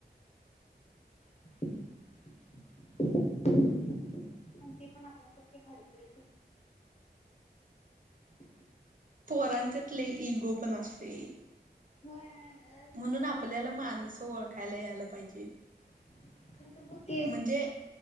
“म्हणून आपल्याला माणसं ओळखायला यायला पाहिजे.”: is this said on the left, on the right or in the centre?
Right